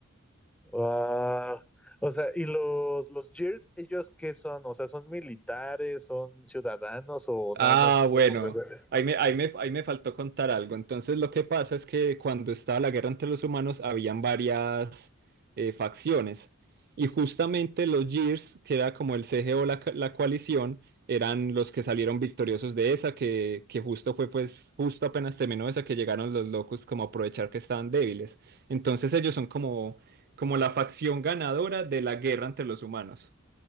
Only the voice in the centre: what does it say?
Wow. O sea, y los, los Gears, ¿ellos qué son? O sea, ¿son militares, son ciudadanos o
nada más como
rebeldes?